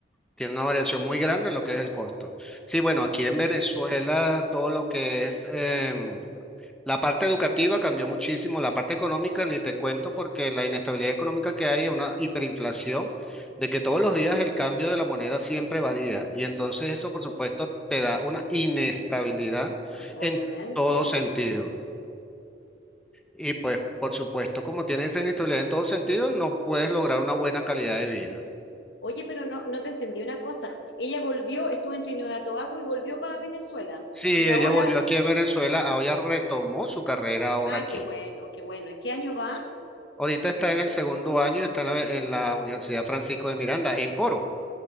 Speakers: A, in the centre; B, on the left (about 75°).
A: Tiene una variación muy grande en lo que es el costo. Sí, bueno, aquí
B: Eh,
A: en Venezuela todo lo que es em, La parte educativa cambió muchísimo, la parte económica ni te cuento porque la inestabilidad económica que hay es una hiperinflación, de que todos los días el cambio de la moneda siempre varía y entonces eso por supuesto te da una inestabilidad
B: Obviamente,
A: en todo
B: obviamente.
A: sentido. Y pues por supuesto como tienes esa inestabilidad en todo sentido no puedes lograr una buena calidad de vida.
B: Oye, pero no, no te entendí una cosa. Ella volvió, estuvo en Trinidad y Tobago y volvió para Venezuela.
A: Sí,
B: Y ahora,
A: ella volvió aquí en Venezuela, ahora retomó su carrera ahora
B: ah,
A: aquí.
B: qué bueno, qué bueno. ¿En qué año va?
A: Ahorita está en el segundo año, está en la, en la Universidad Francisco de Miranda, en Coro.